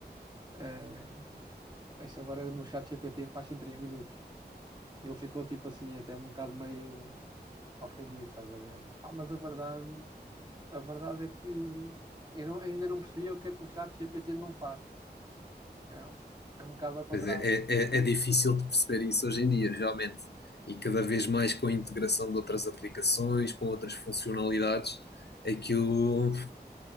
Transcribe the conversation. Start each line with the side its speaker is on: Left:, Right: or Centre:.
Right: eh, isso agora no chat GPT faz em 3 minutos. E ele ficou tipo assim, até um bocado meio ofendido, estás a ver? Pá, mas a verdade. A verdade é que eu não- ainda não percebia o que é que o chat GPT não faz. É, é um bocado ao contrário.
Left: Pois é, é, é é difícil de perceber isso hoje em dia, realmente. E cada vez mais com a integração de outras aplicações, com outras funcionalidades, aquilo